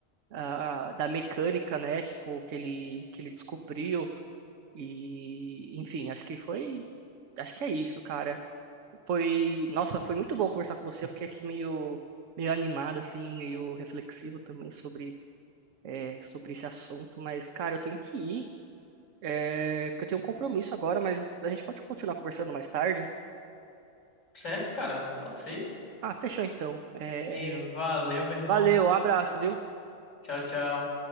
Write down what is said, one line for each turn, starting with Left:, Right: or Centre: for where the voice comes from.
Right: a- da mecânica, né, tipo, que ele, que ele descobriu e, enfim, acho que foi, acho que é isso, cara. Foi, nossa, foi muito bom conversar com você, eu fiquei aqui meio... Meio animado, assim, meio reflexivo também sobre, é, sobre esse assunto, mas, cara, eu tenho que ir. É, porque eu tenho um compromisso agora, mas a gente pode continuar conversando mais tarde.
Left: Certo, cara? Pode ser.
Right: Ah, fechou então. É,
Left: E valeu, meu irmão.
Right: valeu, um abraço, viu?
Left: Tchau, tchau.